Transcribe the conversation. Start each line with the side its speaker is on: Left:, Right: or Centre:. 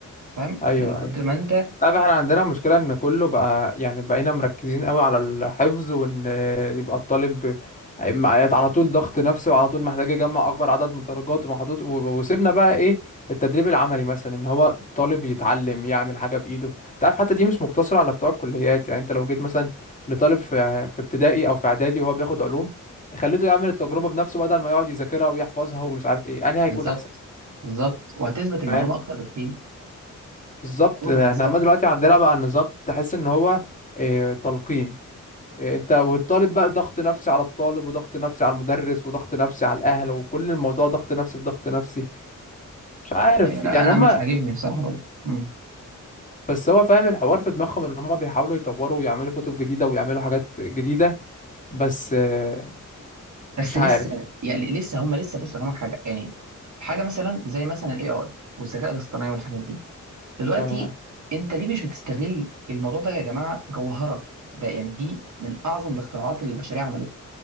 Right: فاهم
Left: أيوه
Right: من كتر
Left: أيوه
Right: ما انت
Left: عارف احنا عندنا مشكلة إن كله بقى يعني بقينا مركزين قوي على الحفظ وإن يبقى الطالب هيبقى على طول ضغط نفسي وعلى طول محتاج يجمع أكبر عدد من الدرجات ومحطوط و- وسيبنا بقى إيه التدريب العملي مثلا إن هو الطالب يتعلم يعمل حاجة بإيده أنت عارف حتى دي مش مقتصرة على بتوع الكليات يعني أنت لو جيت مثلا لطالب في في ابتدائي أو في إعدادي وهو بياخد علوم خليته يعمل التجربة بنفسه بدل ما يقعد يذاكرها ويحفظها ومش عارف إيه أنهي هيكون
Right: بالظبط
Left: أحسن
Right: بالظبط وهتثبت المعلومة
Left: فاهم
Right: أكتر بكتير
Left: بالظبط
Right: عمره
Left: احنا
Right: ما ينساها
Left: عمال دلوقتي عندنا بقى النظام تحس ان هو آه، تلقين آه، انت والطالب بقى ضغط نفسي على الطالب وضغط نفسي على المدرس وضغط نفسي على الاهل وكل الموضوع ضغط نفسي في ضغط نفسي مش عارف
Right: أيوة، لا
Left: يعني
Right: أنا
Left: هما
Right: مش عاجبني بصراحة برضه مم.
Left: بس هو فاهم الحوار في دماغهم ان هما بيحاولوا يطوروا ويعملوا كتب جديدة ويعملوا حاجات جديدة بس آه،
Right: بس
Left: مش عارف
Right: لسه يعني لسه هم لسه بص أفهمك حاجة يعني حاجة مثلا زي مثلا ال AI والذكاء الاصطناعي والحاجات دي دلوقتي
Left: فما
Right: أنت ليه مش بتستغل الموضوع ده يا جماعة جوهرة ده يعني دي من أعظم الاختراعات اللي البشرية عملتها